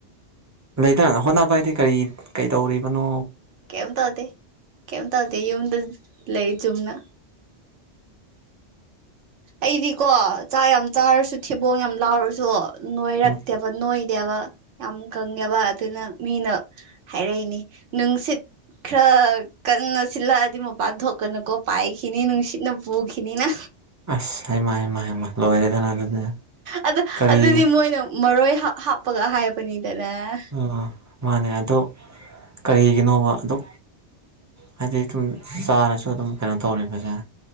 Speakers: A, on the right; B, on the right.
A: ꯂꯩꯗꯅ ꯍꯣꯠꯅꯕ ꯍꯥꯏꯗꯤ ꯀꯔꯤ ꯀꯩꯗꯧꯔꯤꯕꯅꯣ
B: ꯀꯤꯝ ꯇꯧꯗꯦ ꯀꯤꯝ ꯇꯧꯗꯦ ꯌꯨꯝꯗ ꯂꯩ ꯆꯨꯝꯅ ꯑꯩꯗꯤꯀꯣ ꯆꯥꯛ ꯌꯥꯝ ꯆꯥꯔꯁꯨ ꯊꯤꯕꯣꯡ ꯌꯥꯝ ꯂꯥꯎꯔꯁꯨ ꯅꯣꯏꯔꯛꯇꯦꯕ
A: ꯎꯝ
B: ꯅꯣꯏ ꯌꯥ ꯗꯦꯕ ꯌꯥꯝ ꯀꯪꯉꯦꯕ ꯑꯗꯨꯅ ꯃꯤꯅ ꯍꯥꯏꯔꯛꯏꯅꯤ ꯅꯨꯡꯁꯤꯠ ꯈꯔ ꯀꯟꯅ ꯁꯤꯜꯂꯛꯑꯗꯤ ꯃꯄꯥꯟ ꯊꯣꯛꯀꯅꯨꯀꯣ ꯄꯥꯏꯈꯤꯅꯤ ꯅꯨꯡꯁꯤꯠꯅ ꯄꯨꯈꯤꯅꯤꯅ
A: ꯑꯁ ꯍꯥꯢꯃ ꯍꯥꯏꯃ ꯍꯥꯏꯃ ꯂꯣꯏꯔꯦꯗꯅ ꯑꯗꯨꯗꯤ
B: ꯑꯗꯨ
A: ꯀꯔꯤ
B: ꯑꯗꯨꯗꯤ ꯃꯣꯏꯅ ꯃꯔꯣꯏ ꯍꯥꯞꯄꯒ ꯍꯥꯏꯕꯅꯤꯗꯅꯦ
A: ꯎ ꯃꯥꯅꯦ ꯑꯗꯣ ꯀꯔꯤꯒꯤꯅꯣꯕ ꯑꯗꯨ ꯍꯥꯏꯗꯤ ꯑꯗꯨꯝ ꯆꯥꯔꯁꯨ ꯑꯗꯨꯝ ꯀꯩꯅꯣ ꯇꯧꯔꯦꯗꯅ